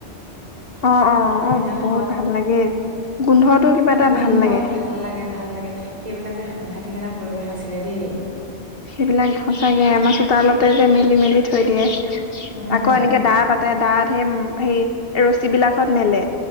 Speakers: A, on the left; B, on the right.
A: অ', অ',
B: পতা
A: অ',
B: কেইডালহত
A: বহুত ভাল লাগে গোন্ধটো কিবা এটা
B: গোন্ধত
A: ভাল লাগে।
B: ভাল লাগে - ভাল লাগে সেইবিলাক যে সাংঘাতিক এটা পৰিৱেশ আছিলে দেই।
A: সেইবিলাক সঁচাকে আমাৰ চোতালতে যে মেলি - মেলি থৈ দিয়ে।
B: উম।
A: আকৌ এনেকে দা পাতে দাত সেই - সেই ৰছী বিলাকত মেলে।